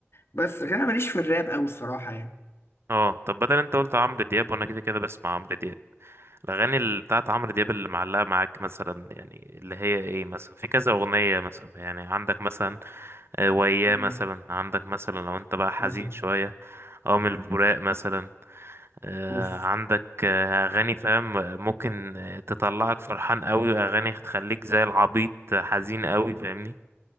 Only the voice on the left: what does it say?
بس لكن انا ماليش في الراب قوي الصراحه يعني
مم.
مثلا
اوف